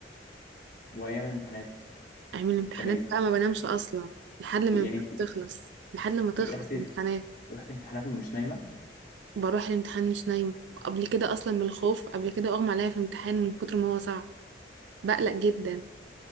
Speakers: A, on the left; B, on the right.
A: وايام الامتحانات
B: اعمل الامتحانات
A: كنت بتعمل ايه؟
B: بقى ما بنامش اصلا لحد ما
A: كنت
B: الامتحانات
A: يعني انت
B: تخلص لحد ما تخلص
A: رحت
B: الامتحانات
A: رحت امتحانات مش نايمة
B: بروح الامتحان مش نايمه قبل كده اصلا من الخوف قبل كده اغمى عليا في امتحان من كتر ما هو صعب بقلق جدا